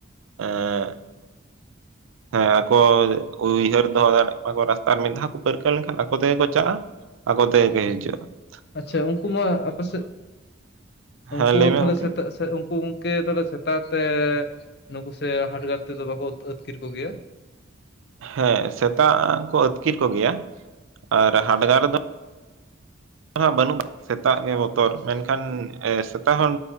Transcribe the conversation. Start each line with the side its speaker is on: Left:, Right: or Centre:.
Right: ᱮᱸᱜ
Left: <inaudible>
Right: ᱦᱮᱸ ᱟᱠᱚ ᱩᱭᱦᱟᱹᱨ ᱫᱚᱦᱚ ᱫᱟᱲᱮᱭᱟᱜ ᱢᱟᱠᱚ ᱨᱟᱥᱛᱟ ᱢᱤᱫ ᱫᱷᱟᱣ ᱠᱚ ᱯᱟᱹᱨᱠᱟᱹᱣ ᱞᱮᱱᱠᱷᱟᱱ ᱟᱠᱚ ᱛᱮᱜᱮ ᱠᱚ ᱪᱟᱜᱼᱟ ᱟᱠᱚ ᱛᱮᱜᱮ
Left: ᱟᱪᱪᱷᱟ
Right: ᱠᱚ ᱦᱤᱡᱩᱜᱼᱟ ᱾
Left: ᱟᱪᱪᱷᱟ ᱩᱱᱠᱩ ᱢᱟ ᱟᱯᱮ ᱥᱮᱜ ᱩᱱᱠᱩ
Right: ᱦᱮᱸ ᱞᱟᱹᱭ ᱢᱮ
Left: ᱛᱟᱦᱞᱮ
Right: ᱜᱚᱝᱠᱮ
Left: ᱥᱮᱛᱟ ᱩᱱᱠᱩ ᱜᱚᱝᱠᱮ ᱛᱟᱦᱞᱮ ᱥᱮᱛᱟᱛᱮ ᱱᱩᱠᱩ ᱥᱮ ᱦᱟᱰᱜᱟᱨ ᱛᱮᱫᱚ ᱵᱟᱠᱚ ᱟ. ᱛ- ᱟᱹᱛᱠᱤᱨ ᱠᱚᱜᱮᱭᱟ᱾
Right: ᱦᱮᱸ ᱥᱮᱛᱟᱜ ᱠᱚ ᱟᱹᱛᱠᱤᱨ ᱠᱚᱜᱮᱭᱟ ᱟᱨ ᱦᱟᱰᱜᱟᱨ
Left: ᱚ,
Right: ᱫᱚ ᱦᱟᱜ ᱵᱟᱹᱱᱩᱜ ᱥᱮᱛᱟᱜ ᱜᱮ ᱵᱚᱛᱚᱨ
Left: ᱟᱪᱪᱷᱟ
Right: ᱢᱮᱱᱠᱷᱟᱱ
Left: ᱟᱪᱪᱷᱟ
Right: ᱥᱮᱛᱟ ᱦᱚᱱ